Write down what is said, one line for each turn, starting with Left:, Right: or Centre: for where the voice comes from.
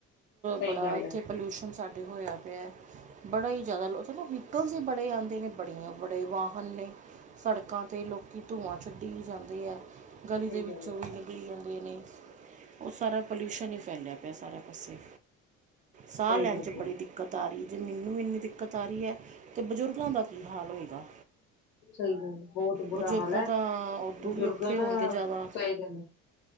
Left: ਸਹੀ
Right: ਬੜਾ
Left: ਗੱਲ
Right: ਇੱਥੇ
Left: ਹੈ
Right: ਪੋਲੂਸ਼ਨ ਸਾਡੇ ਹੋਇਆ ਪਯਾ। ਬੜਾ ਈ ਜਾਦਾ ਚਲੋ ਵਹੀਕਲਸ ਵੀ ਬੜੇ ਆਂਦੇ ਨੇ, ਬੜੀਆਂ ਬੜੇ ਵਾਹਨ ਨੇ ਸੜਕਾਂ ਤੇ ਲੋਕੀ ਧੂੰਆਂ ਛੱਡੀ ਵੀ ਜਾਂਦੇ ਐ, ਗਲੀ
Left: ਸਹੀ
Right: ਦੇ ਵਿੱਚੋਂ
Left: ਗੱਲ ਹੈ
Right: ਨਿਕ ਲੀ ਜਾਂਦੇ ਨੇ। ਓ ਸਾਰਾ ਪੋਲੂਸ਼ਨ ਈ ਫੈਲਿਆ ਪਯਾ ਸਾਰੇ ਪਾਸੇ। ਸਾਹ
Left: ਸਹੀ
Right: ਲੈਣ
Left: ਗੱਲ
Right: ਚ
Left: ਹੈ
Right: ਬੜੀ ਦਿੱਕਤ ਆ ਰੀ ਜੇ ਮੈਨੂੰ ਵੀ ਇੰਨੀ ਦਿੱਕਤ ਦਿੱਕਤ ਆਰੀ ਐ, ਤੇ ਬਜ਼ੁਰਗਾਂ ਦਾ ਕੀ ਹਾਲ ਹੋਏਗਾ।
Left: ਸਹੀ ਗੱਲ ਐ। ਬੋਹਤ ਬੁਰਾ
Right: ਬਜ਼ੁਰਗਾਂ
Left: ਹਾਲ ਹੈ,
Right: ਤਾਂ ਉਦੋਂ
Left: ਬਜ਼ੁਰਗ
Right: ਵੀ ਔਖੇ
Left: ਦਾ
Right: ਹੋਣਗੇ ਜ਼ਿਆਦਾ
Left: ਸਹੀ ਗਲ ਐ।